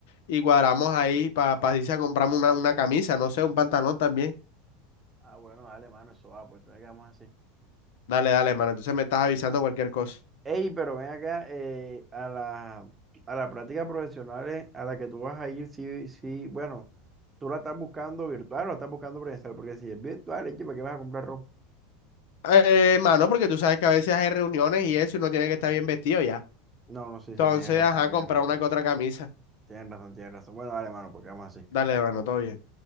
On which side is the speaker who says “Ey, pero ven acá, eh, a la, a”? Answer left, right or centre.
Right